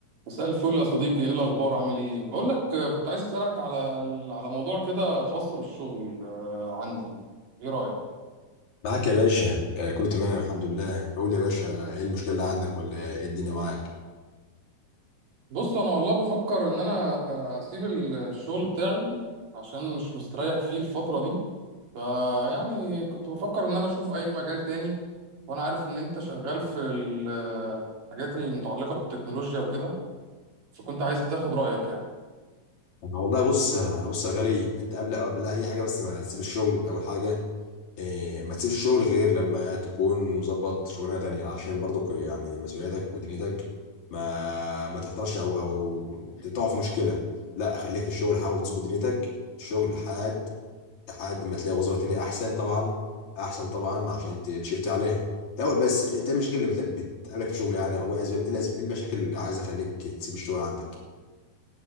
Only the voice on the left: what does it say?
معاك يا باشا آه، كله تمام الحمد لله قول لي يا باشا ايه المشكله اللي عندك ولا ايه الدنيا معاك
آه، والله بص آه، بص يا غالي انت قبل قبل اي حاجه بس ما تسيب الشغل اول حاجه آه، ما تسيبش الشغل غير لما تكون مظبط شغلانه تانية عشان برضك يعني مسؤولياتك ودنيتك ما ما تحتارش او او تقع في مشكله لا خليك في الشغل حاول تظبط دنيتك الشغل حاد لحد ما تلاقي وظيفة تانية أحسن طبعا أحسن طبعا عشان ت- تشفت عليها الأول بس أنت إيه المشاكل اللي بتلا- بتقابلك في الشغل يعني أو إيه الأسباب- إيه الأسباب- إيه المشاكل اللي عايزة أخليك تسيب الشغل عندك؟